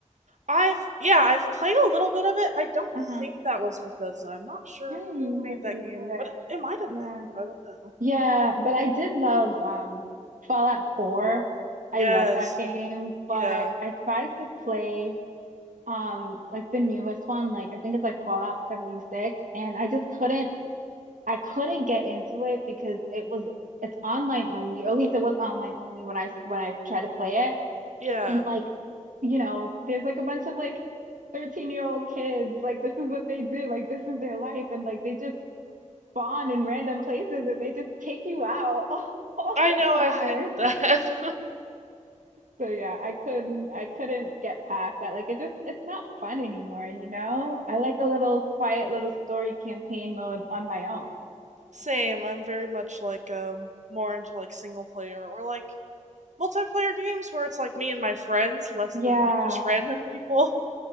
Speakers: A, on the right; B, on the right.
A: I've yeah, I've played a little bit of it. I don't
B: Uh-huh.
A: think that was Bethesda. I'm not sure
B: I don't
A: who
B: remember
A: made
B: who
A: that game,
B: did it.
A: but it, it might have
B: Yeah.
A: been, but I don't know.
B: Yeah, but I did love um Fallout 4. I
A: Yes.
B: love that game, but
A: Yeah.
B: I tried to play um like the newest one, like I think it's like Fallout 76, and I just couldn't I couldn't get into it because it was it's online only, or at least it was online only when I when I tried to play it.
A: Yeah.
B: And like, you know, there's like a bunch of like 13-year-old kids, like this is what they do, like this is their life, and like they just spawn in random places and they just take you out <laughs> all, all
A: I
B: the
A: know
B: time.
A: I hate that. <laughs>
B: So yeah, I couldn't I couldn't get past that. Like it just it's not fun anymore, you know? I like a little quiet little story campaign mode on my own.
A: Same. I'm very much like um more into like single player or like multiplayer games where it's like me and my friends less
B: Yeah.
A: than like just random people.